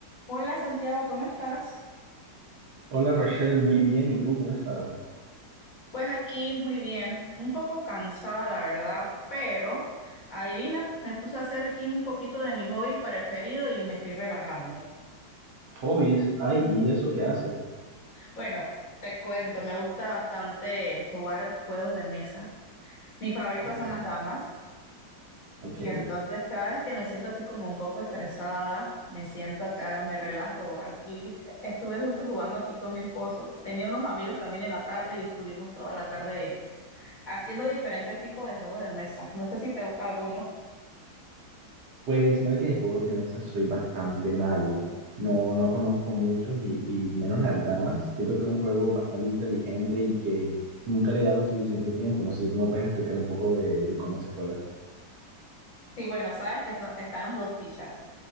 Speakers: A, on the left; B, on the right.
A: Hola Santiago, ¿cómo estás?
B: Hola Rochelle, muy bien. ¿Y tú cómo estás?
A: Pues aquí muy bien, un poco cansada la verdad, pero adivina, me puse a hacer aquí un poquito de mi hobby preferido y me estoy relajando.
B: ¿Hobbies? Ay, ¿y eso qué haces?
A: Bueno, te cuento, me gusta bastante jugar juegos de mesa. Mis favoritos
B: Ok,
A: son las damas
B: ok.
A: y entonces cada vez que me siento así como un poco estresada, me siento acá, me relajo aquí. Estuve justo jugando aquí con mi esposo. Tenía unos amigos también en la tarde y estuvimos toda la tarde haciendo diferentes tipos de juegos de mesa. No sé si te gusta alguno.
B: Pues mira que de juegos de mesa soy bastante malo. No, no conozco muchos y, y menos las damas. Siento que es un juego bastante inteligente y que nunca le he dado el suficiente tiempo. No sé si tú me puedes explicar un poco de, de cómo se juega.
A: Sí, bueno, sabes que está- te están las dos fichas.